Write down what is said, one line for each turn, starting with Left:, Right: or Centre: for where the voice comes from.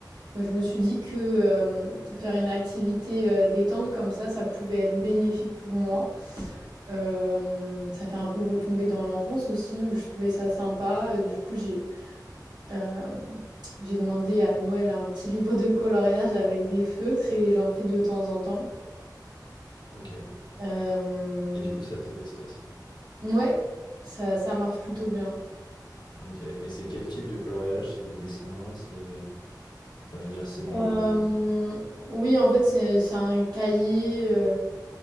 Right: Donc je me suis dit que euh, faire une activité euh, détente comme ça, ça pouvait être bénéfique pour moi. Euh, ça fait un peu retomber dans l'enfance aussi, donc je trouvais ça sympa. Euh, Du coup, j'ai euh, j'ai demandé à Noël un petit livre de coloriage avec des feutres et j'en fais de temps en temps.
Left: ok.
Right: Euh,
Left: Et du coup, ça te déstresse?
Right: ouais, ça, ça marche plutôt bien.
Left: Ok. Et c'est quel type de coloriage? C'est des dessins? C'est... Enfin, je veux dire, c'est des...
Right: Euh, oui, en fait, c'est c'est un cahier euh,